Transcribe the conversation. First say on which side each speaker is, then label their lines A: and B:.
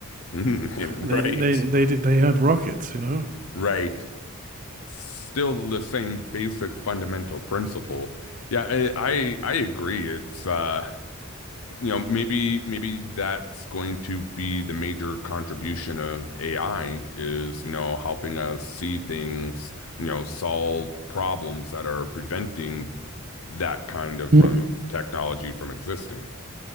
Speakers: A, on the left (about 75°); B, on the right (about 35°).
A: <laughs> Right.
B: they they they did, they had rockets, you know.
A: Right. Still the same basic fundamental principle. Yeah, I I, I agree. It's uh you know, maybe maybe that's going to be the major contribution of AI is, you know, helping us see things, you know, solve problems that are preventing that kind of from
B: Mm.
A: technology from existing.